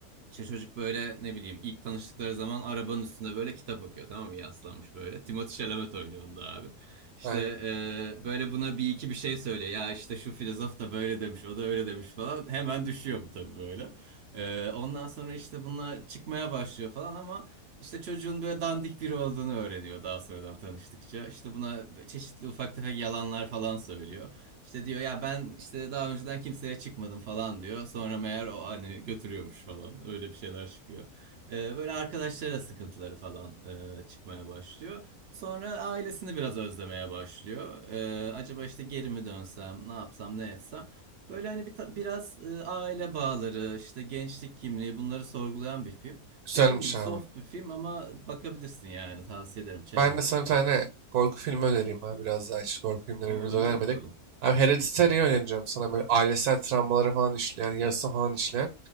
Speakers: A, on the right (about 60°); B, on the right (about 80°).
A: İşte çocuk böyle ne bileyim ilk tanıştıkları zaman arabanın üstünde böyle kitap okuyor tamam mı yaslanmış böyle. Timothée Chalamet oynuyor onda abi. İşte
B: Aynen.
A: e, böyle buna bir iki bir şey söylüyor. Ya işte şu filozof da böyle demiş, o da öyle demiş falan. Hemen düşüyor bu tabii böyle. E, ondan sonra işte bunlar çıkmaya başlıyor falan ama işte çocuğun böyle dandik biri olduğunu öğreniyor daha sonradan tanıştıkça. İşte buna çeşitli ufak tefek yalanlar falan söylüyor. İşte diyor ya ben işte daha önceden kimseye çıkmadım falan diyor. Sonra meğer o hani götürüyormuş falan. Öyle bir şeyler çıkıyor. E, böyle arkadaşlara sıkıntıları falan e, çıkmaya başlıyor. Sonra ailesini biraz özlemeye başlıyor. Ee, acaba işte geri mi dönsem, ne yapsam, ne etsem. Böyle hani bir ta- biraz e, aile bağları, işte gençlik kimliği bunları sorgulayan bir film.
B: Güzelmiş
A: Dediğim gibi soft
B: abi.
A: bir film ama bakabilirsin yani tavsiye ederim çerezlik.
B: Ben de sana bir tane korku filmi önereyim abi. Biraz daha hiç korku filmleri
A: O
B: birbirimize
A: öner
B: önermedik.
A: bakalım.
B: Abi Hereditary'i önereceğim sana. Böyle ailesel travmaları falan işleyen, yarısı falan işleyen.